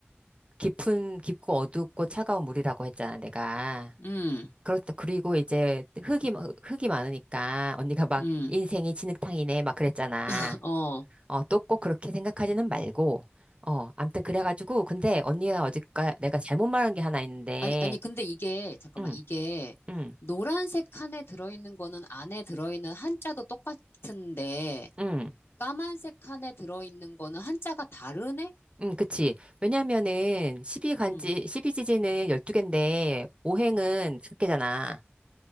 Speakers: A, on the right; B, on the left.
A: 깊은, 깊고 어둡고 차가운 물이라고 했잖아, 내가.
B: 응,
A: 그렇다. 그리고 이제 흙이, 마- 흙이 많으니까 언니가 막
B: 응,
A: 인생이 진흙탕이네, 막 그랬잖아.
B: <laughs> 어.
A: 어, 또 꼭 그렇게 생각하지는 말고, 어, 암튼 그래가지고, 근데 언니가 어제까 내가 잘못 말한 게 하나 있는데,
B: 아니, 아니, 근데 이게, 잠깐만,
A: 응,
B: 이게,
A: 응,
B: 노란색 칸에 들어있는 거는 안에 들어있는 한자도 똑같은데,
A: 응,
B: 까만색 칸에 들어있는 거는 한자가 다르네?
A: 응, 그치. 왜냐면은, 십이간지
B: 음.
A: 십이지지는 12개인데, 오행은 5개잖아.